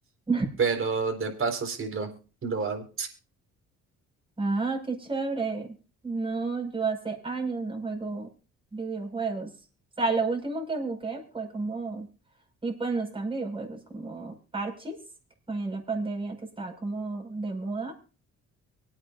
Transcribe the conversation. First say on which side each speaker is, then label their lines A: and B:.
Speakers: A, on the right (about 15°); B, on the right (about 45°).
A: <laughs>
B: pero de paso sí lo, lo hago.
A: Ah, qué chévere. No, yo hace años no juego videojuegos. O sea, lo último que jugué fue como, y pues no están videojuegos, como parches, que fue en la pandemia que estaba como de moda.